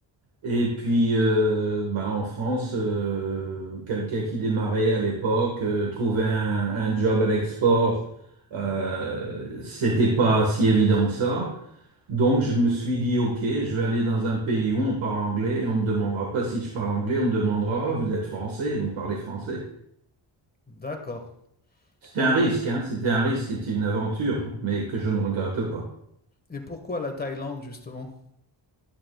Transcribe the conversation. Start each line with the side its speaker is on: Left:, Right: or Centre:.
Right: Et puis, euh, ben, en France, euh, quelqu'un qui démarrait à l'époque, euh, trouver un, un job à l'export, euh, c'était pas si évident que ça. Donc, je me suis dit, OK, je vais aller dans un pays où on parle anglais et on me demandera pas si je parle anglais, on me demandera, vous êtes français, vous parlez français.
Left: D'accord.
Right: C'était
Left: Et,
Right: un risque, hein, C'était un risque et une aventure, mais que je ne regrette pas.
Left: et pourquoi la Thaïlande, justement?